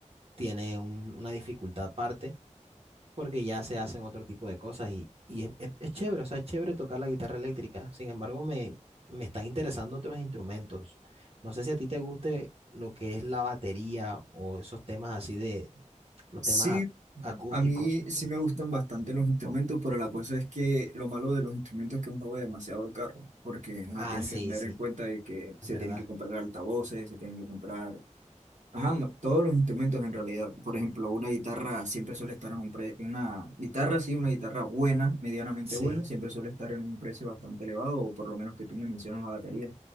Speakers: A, on the right; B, on the right.
A: tiene un- una dificultad aparte porque ya se hacen otro tipo de cosas y, y es, es- es chévere, o sea, es chévere tocar la guitarra eléctrica. Sin embargo, me, me están interesando otros instrumentos. No sé si a ti te guste lo que es la batería o esos temas así de los
B: Sí,
A: temas ac- acústicos.
B: a mí sí me gustan bastante los instrumentos, pero la cosa es que lo malo de los instrumentos es que es un juego demasiado caro, porque ajá,
A: Ah,
B: tienes
A: sí,
B: que tener
A: sí,
B: en cuenta de que
A: es
B: se
A: verdad.
B: tienen que comprar altavoces, se tienen que comprar Ajá, ma- todos los instrumentos en realidad. Por ejemplo, una guitarra siempre suele estar en un precio, una guitarra, sí, una guitarra buena, medianamente
A: Sí,
B: buena, siempre suele estar en un precio bastante elevado, o por lo menos que tú me mencionas la batería.